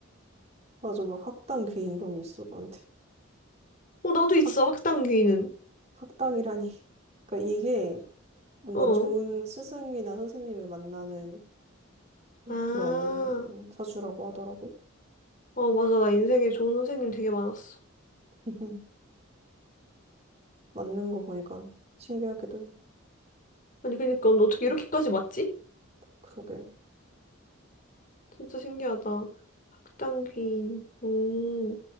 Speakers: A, on the right; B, on the left.
A: 맞아. 막 학당 귀인 이런 게 있어, 나한테.
B: 어, 나도
A: 학,
B: 있어, 학당 귀인은.
A: 학당이라니. <laughs> 그러니까 이게 뭔가
B: 어.
A: 좋은 스승이나 선생님을 만나는
B: 아,
A: 그런 사주라고 하더라고.
B: 어, 맞아. 나 인생에 좋은 선생님 되게 많았어.
A: <laughs> 맞는 거 보니까 신기하기도 해.
B: 아니, 그니까, 너 어떻게 이렇게까지 맞지?
A: 그러게.
B: 진짜 신기하다. 학당 귀인. 음,